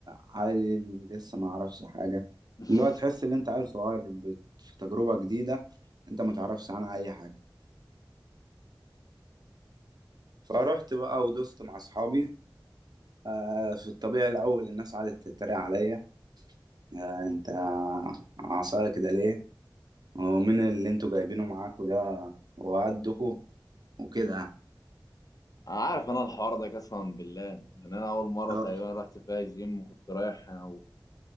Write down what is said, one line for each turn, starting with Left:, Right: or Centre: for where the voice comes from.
Right: عيل لسه ما اعرفش حاجه
Left: <laughs>
Right: اللي هو تحس ان انت عيل صغير بت- في تجربه جديده انت ما تعرفش عنها اي حاجه فروحت بقى ودوست مع اصحابي آه في الطبيعي الاول الناس قعدت تتريق عليا آه انت عصايه كده ليه ومين اللي انتوا جايبينه معاكوا ده وقدكوا وكده يعني
Left: انا عارف انا الحوار ده قسما بالله يعني انا اول مره
Right: اه
Left: تقريبا رحت فيها الجيم كنت رايح انا